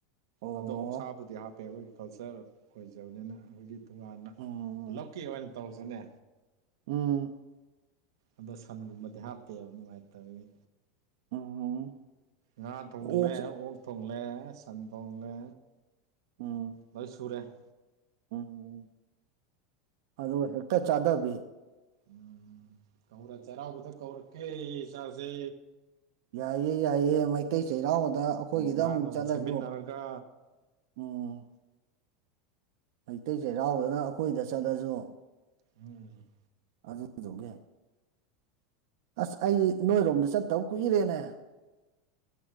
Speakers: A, on the right; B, on the right.
A: ꯑꯣ
B: ꯑꯗꯣ ꯑꯣꯛꯁꯥꯕꯨꯗꯤ ꯍꯥꯞꯄꯦ ꯑꯩꯈꯣꯏꯒꯤ ꯀꯜꯆꯔ ꯑꯣꯏꯖꯕꯅꯤꯅ ꯑꯩꯈꯣꯏꯒꯤ ꯇꯣꯉꯥꯟꯅ
A: ꯎꯝ
B: ꯄꯨꯂꯞꯀꯤ ꯑꯣꯏꯅ ꯇꯧꯁꯅꯦ
A: ꯎꯝ
B: ꯑꯗꯣ ꯁꯟꯒꯨꯝꯕꯗꯤ ꯍꯥꯞꯇꯦꯕ ꯅꯨꯡꯉꯥꯏꯇꯕꯒꯤ
A: ꯎꯝ
B: ꯉꯥ ꯊꯣꯡꯂꯦ
A: ꯑꯣꯛꯁꯦ
B: ꯑꯣꯛ ꯊꯣꯡꯂꯦ ꯁꯟ ꯊꯣꯡꯂꯦ
A: ꯑꯣ
B: ꯃꯣꯏ ꯁꯨꯔꯦ
A: ꯎꯝ ꯑꯗꯨ ꯍꯦꯛꯇ ꯆꯥꯗꯕꯤ
B: ꯎꯝ ꯀꯧꯔ ꯆꯩꯔꯥꯎꯕꯗ ꯀꯧꯔꯛꯀꯦ ꯏꯁꯥꯁꯦ
A: ꯌꯥꯏꯑ ꯌꯥꯏꯑ ꯃꯩꯇꯩ ꯆꯩꯔꯥꯎꯗ ꯑꯩꯈꯣꯏꯒꯤꯗ
B: ꯉꯥ
A: ꯑꯃꯨꯛ
B: ꯅꯣꯡ
A: ꯆꯠꯂꯁꯨ
B: ꯁꯦꯝꯃꯤꯟꯅꯔꯒ
A: ꯑꯣ ꯃꯩꯇꯩ ꯆꯩꯔꯥꯎꯗꯅ ꯑꯩꯈꯣꯏꯗ ꯆꯠꯂꯁꯨ
B: ꯎꯝ
A: ꯑꯗꯨꯗꯨꯒꯦ ꯑꯁ ꯑꯩ ꯅꯣꯏꯔꯣꯝꯗ ꯆꯠꯇꯕ ꯀꯨꯏꯔꯦꯅꯦ